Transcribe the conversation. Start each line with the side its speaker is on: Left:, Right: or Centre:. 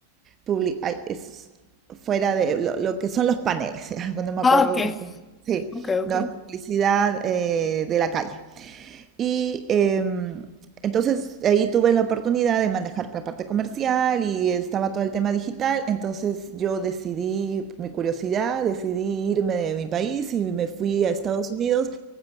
Right: publi- ay, es fuera de lo, lo que son los paneles, <laughs> no me
Left: Ah,
Right: acuerdo.
Left: ok,
Right: Sí,
Left: ok, ok.
Right: no, publicidad eh, de la calle. Y em, entonces ahí tuve la oportunidad de manejar la parte comercial y estaba todo el tema digital. Entonces yo decidí, por mi curiosidad, decidí irme de mi país y me fui a Estados Unidos